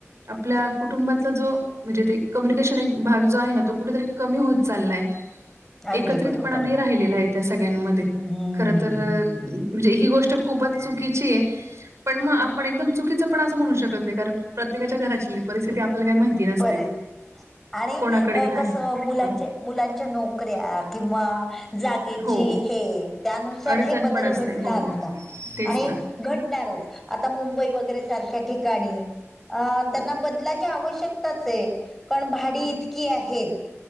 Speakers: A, on the right (about 65°); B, in the centre.
A: आपल्या कुटुंबातला जो म्हणजे ते कम्युनिकेशन एक भाग जो आहे न तो कुठरी कमी होत चालाय.
B: अगदी
A: एकत्रितपणा
B: बरोबर
A: नहीं राहिलेला आहे त्या सगळ्यांमध्ये
B: हम्म
A: खर तर
B: हम्म
A: म्हणजे ही गोष्ट खूपच चुकीची आहे. पण मग आपण एकदम चुकीचं पण असं म्हणू शकत नाही कारण प्रत्येकाच्या घराची परिस्थिती आपल्याला काय माहिती ती नसते.
B: परे आणि
A: कोणाकडे काय
B: कसं मुलांचे
A: हां.
B: मुलांच्या नोकऱ्या किंवा जागेची
A: हो
B: हे त्यानुसार
A: अडचण
B: हे बदल
A: पण असते
B: घडणार
A: हो
B: ना.
A: तेच
B: आणि
A: ना
B: घडणारच आता मुंबई वगैरे सारख्या ठिकाणी अ
A: हो
B: त्यांना बदलाच्या आवश्यक तच ये कारण भाडी इतकी आहेत